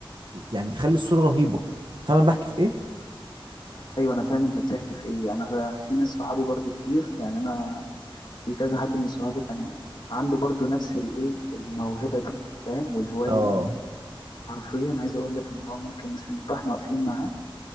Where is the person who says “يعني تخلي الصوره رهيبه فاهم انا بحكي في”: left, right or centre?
Right